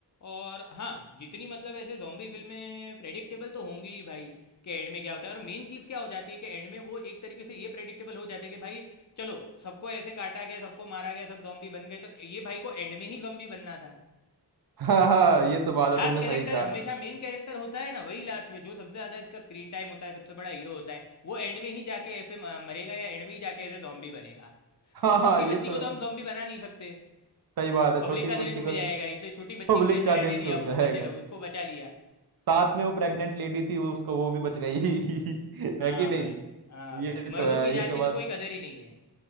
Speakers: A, on the left; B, on the right.
A: और हाँ जितनी मतलब ऐसे जॉम्बी फिल्में प्रेडिक्टेबल तो होंगी ही भाई कि एंड में क्या होता है और मेन चीज़ क्या हो जाती है कि एंड में वो एक तरीके से ये प्रेडिक्टेबल हो जाता है कि भाई चलो सबको ऐसे काटा गया सबको मारा गया सब जॉम्बी बन गए तो ये भाई को एंड में ही जॉम्बी बनना था
B: हाँ हाँ ये तो बात
A: लास्ट
B: है तुमने
A: कैरेक्टर
B: सही कहा
A: हमेशा मेन कैरेक्टर होता है ना वही लास्ट में जो सबसे ज्यादा इसका स्क्रीन टाइम होता है सबसे बड़ा हीरो होता है वो एंड में ही जाके ऐसे म- मरेगा या एंड में ही जाके ऐसे जॉम्बी बनेगा
B: <laughs> हाँ
A: और छोटी
B: हाँ ये
A: बच्ची
B: तो
A: को तो
B: है
A: हम जॉम्बी बना नहीं सकते
B: सही बात है
A: पब्लिक
B: छोटी
A: का
B: बच्ची
A: दिल टूट
B: को
A: जाएगा इसलिए छोटी बच्ची
B: पब्लिक
A: को ऐसे
B: का दिल
A: रहने दिया
B: छू जाएगा
A: उसको बचा उसको बचा लिया
B: साथ में वो प्रेग्नेंट लेडी थी वो उसको वो भी बच गई <laughs>
A: हाँ
B: है कि नहीं
A: भाई हाँ
B: ये
A: भाई मर्दों
B: तो है
A: की जान
B: ये तो
A: की
B: बात
A: तो कोई कदर ही नहीं है